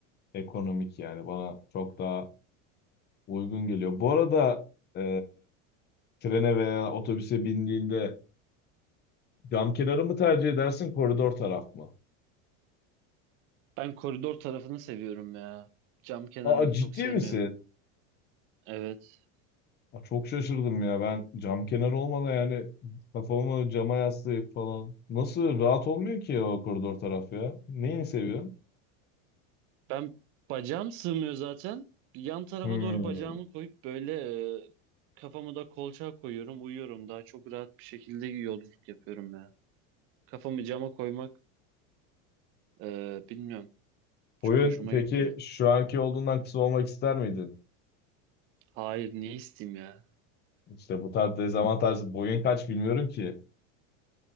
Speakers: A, on the left; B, on the right.
A: Ekonomik yani bana çok daha uygun geliyor. Bu arada e, Trene veya otobüse bindiğinde cam kenarı mı tercih edersin, koridor taraf mı?
B: Ben koridor tarafını seviyorum ya. Cam kenarını
A: Aa
B: çok
A: ciddi
B: sevmiyorum.
A: misin?
B: Evet.
A: Aa, çok şaşırdım ya ben cam kenarı olmadan yani kafamı cama yaslayıp falan. Nasıl rahat olmuyor ki o koridor taraf ya? Neyini seviyorsun?
B: Ben bacağım sığmıyor zaten. Yan tarafa
A: Hmm.
B: doğru bacağımı koyup böyle e, kafamı da kolçağa koyuyorum, uyuyorum. Daha çok rahat bir şekilde yolculuk yapıyorum ya. Kafamı cama koymak e, bilmiyorum. Çok
A: Boyun
B: hoşuma
A: peki
B: gitmiyor.
A: şu anki olduğundan kısa olmak ister miydin?
B: Hayır, ne isteyeyim ya?
A: İşte bu tarz dezavantaj boyun kaç bilmiyorum ki.